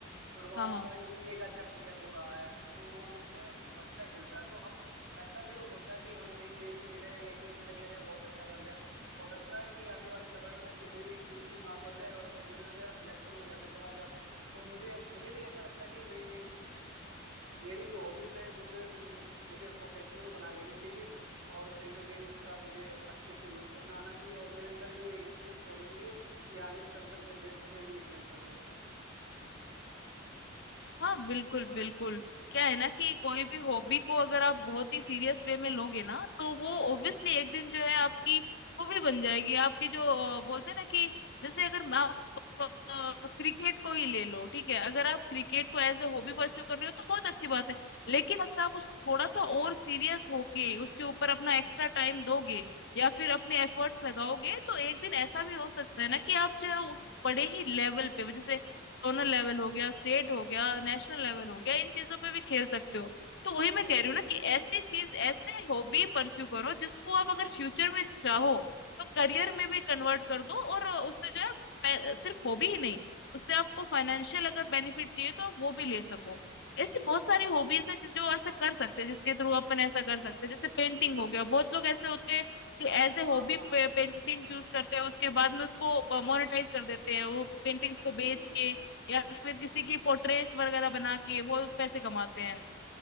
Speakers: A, on the right (about 90°); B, on the left (about 60°).
A: फुटबॉल
B: हाँ हाँ
A: का ही भी एक अच्छा प्लेयर वो रहा है तो वो उसने अच्छा खेलता है तो हम ऐसा नहीं हो सकता कि हम कहीं एक ही जगह एक ही में लगे रहे बहुत अच्छा कर जाए हो सकता है कि आने वाले समय में मैं किसी भी चीज की मांग बढ़ जाए और किसी में मेरा सिलेक्शन हो जाए मैं चला जाऊं तो मुझे मुझे भी ऐसा लगता है कि नहीं नहीं मेरी जो हॉबीज है वो उसे मु- मुझे प्रोफेशनल बना लेनी चाहिए और कहीं ना कहीं इसका मुझे अच्छे से यूज करना आना चाहिए और मेरे अंदर ये स्किल्स होनी चाहिए कि आगे चलकर मैं देश के लिए खेल सकूं
B: हाँ बिल्कुल
A: तुम्हारा
B: बिल्कुल क्या है ना कि कोई भी हॉबी को अगर आप बहुत ही सीरियस वे में लोगे ना तो वो ऑब्वियसली एक दिन जो है आपकी हॉबी बन जाएगी आपकी जो अ, बोलते हैं ना कि जैसे अगर मैं- आप क्रिकेट को ही ले लो ठीक है अगर आप क्रिकेट को एज ए हॉबी परस्यू कर रहे हो तो बहुत अच्छी बात है लेकिन अगर आप उसको थोड़ा सा और सीरियस होके उसके ऊपर अपना एक्स्ट्रा टाइम दोगे या फिर अपने एफर्ट्स लगाओगे तो एक दिन ऐसा भी हो सकता है ना कि आप जो है उस बड़े ही लेवल पे जैसे जोनल लेवल हो गया स्टेट हो गया नेशनल लेवल हो गया इन चीजों पे भी खेल सकते हो तो वही मैं
A: बिल्कुल
B: कह रही हूँ ना
A: बिल्कुल
B: कि ऐसी चीज ऐसे हॉबी परस्यू करो जिसको आप अगर फ्यूचर में चाहो तो करियर में भी कन्वर्ट कर दो और उससे जो है पै- सिर्फ हॉबी ही नहीं उससे आपको फाइनेंशियल अगर बेनिफिट चाहिए तो आप वो भी ले सको ऐसी बहुत सारी हॉबीज है जो ऐसा कर सकते हैं जिसके थ्रू अपन ऐसा कर सकते हैं जैसे पेंटिंग
A: बिल्कुल
B: हो गया बहुत लोग ऐसे होते हैं कि as a
A: हाँ
B: hobby
A: हाँ हाँ
B: painting choose करते हैं उसके बाद में उसको मोनेटाइज कर देते हैं वो पेंटिंग्स
A: बिल्कुल
B: को बेच
A: बिल्कुल
B: के या फिर किसी
A: हाँ
B: की पोर्ट्रेट वगैरह बना के वो पैसे कमाते हैं